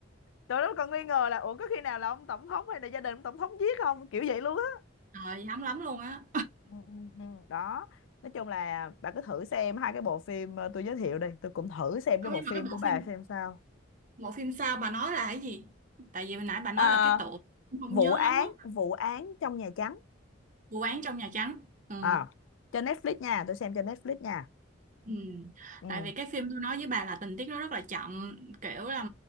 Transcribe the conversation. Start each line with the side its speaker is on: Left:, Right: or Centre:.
Left: tụi nó còn nghi ngờ là ủa có khi nào là ông tổng thống hay là gia đình ông tổng thống giết không kiểu vậy luôn á
Right: <laughs> trời hám lắm luôn á
Left: Ừ, ừ, ừ. đó nói chung là bà cứ thử xem hai cái bộ phim ờ, tôi giới thiệu đây tôi cũng thử xem
Right: không
Left: cái bộ
Right: nhưng
Left: phim
Right: mà cái bộ
Left: của bà
Right: phim
Left: xem sao
Right: bộ phim sao bà nói là cái gì tại vì hồi nãy bà nói
Left: Ờ,
Right: là cái tội không
Left: vụ
Right: nhớ
Left: án
Right: lắm á
Left: vụ án trong Nhà Trắng
Right: vụ án trong Nhà Trắng ừ
Left: à, trên Netflix nha tôi xem trên Netflix nha
Right: Ừ.
Left: ừ
Right: Tại vì cái phim tôi nói với bà là tình tiết nó rất là chậm kiểu là